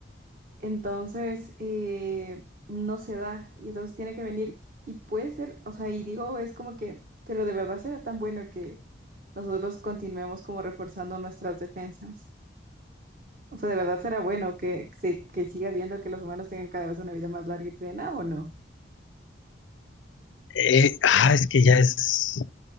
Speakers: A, on the right (about 45°); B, on the left (about 85°).
A: entonces eh, no se da y entonces tiene que venir y puede ser, o sea, y digo, es como que, pero de verdad será tan bueno que nosotros continuemos como reforzando nuestras defensas. O sea, ¿de verdad será bueno que, se, que siga viendo que los humanos tengan cada vez una vida más larga y plena o no?
B: Eh, ah, es que ya es